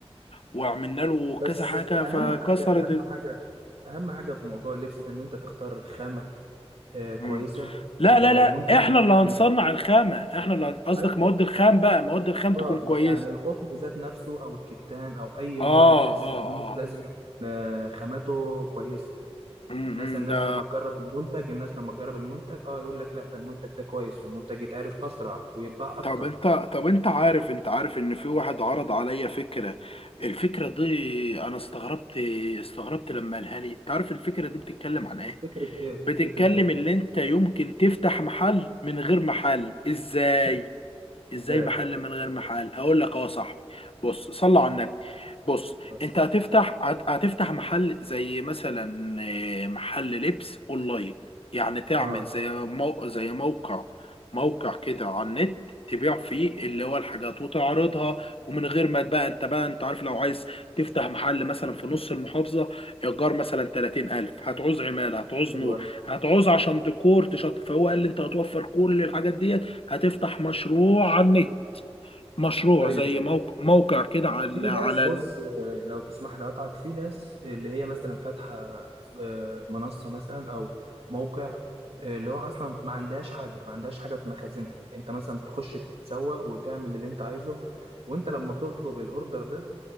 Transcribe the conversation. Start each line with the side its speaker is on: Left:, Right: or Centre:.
Left: وعملنا له
Right: بس
Left: كذا حاجه
Right: اهم
Left: فكسرت
Right: حاجه اهم
Left: ال-
Right: حاجه اهم حاجه في موضوع اللبس ده ان انت تختار الخامه آه كويسه
Left: مم. لا
Right: المنتج
Left: لا لا
Right: اللي
Left: احنا اللي هنصنع
Right: بتعمل
Left: الخامه احنا اللي هن- قصدك
Right: ايوه
Left: مواد الخام بقى مواد الخام تكون
Right: اه
Left: كويسه
Right: يعني القطن ذات نفسه او الكتان او اي
Left: اه اه
Right: نوع اللي انت تستخدمه
Left: اه
Right: لازم يكون آه خامته كويسه
Left: امم
Right: الناس الناس
Left: ده
Right: لما تجرب المنتج الناس لما تجرب المنتج اه يقول لك لا ده المنتج ده كويس والمنتج يتعرف اسرع ويتباع اكتر
Left: طب انت طب انت عارف انت عارف ان في واحد عرض عليا فكره الفكره دي انا استغربت استغربت لما قالها لي انت عارف الفكره دي بتتكلم عن ايه
Right: فكره ايه
Left: بتتكلم
Right: فكره ايه
Left: اللي انت يمكن تفتح محل من غير محل ازاي ازاي
Right: ازاي
Left: محل من غير محل هقول لك اه صح بص صلى على النبي بص
Right: بس.
Left: انت هتفتح هت- هتفتح محل زي مثلا آه، محل لبس اونلاين يعني تعمل
Right: اه
Left: زي مو... زي موقع موقع كده على النت تبيع فيه اللي هو الحاجات وتعرضها ومن غير ما بقى انت بقى انت عارف لو عايز تفتح محل مثلا في نص المحافظة ايجار مثلا 30000 هتعوز عمالة هتعوز
Right: ايوه
Left: نور
Right: ايوه
Left: هتعوز عشان ديكور تشط فهو قال لي انت هتوفر كل الحاجات دي هتفتح مشروع على النت مشروع
Right: ايوه
Left: زي
Right: ايوه
Left: موقع موقع كده على
Right: في
Left: على
Right: ناس بص
Left: ال-
Right: آه، لو تسمح لي اقطعك في ناس اللي هي مثلا فاتحه آه، منصه مثلا او موقع آه، اللي هو اصلا ما عندهاش حاجه ما عندهاش حاجه في مخازنها انت مثلا تخش تتسوق وتعمل اللي انت عايزه وانت لما تطلب الاوردر ده